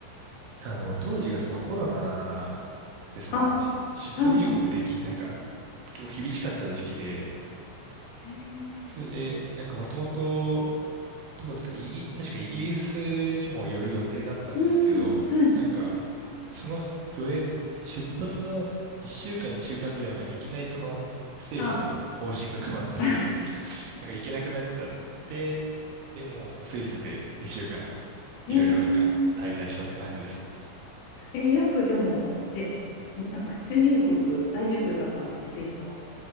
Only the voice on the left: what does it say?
あ、はい。
へえ。
うーん、はい。
あ、<laughs>
へえ。
えーよくでも、で、なんか出入国大丈夫だったんですね、スイスは。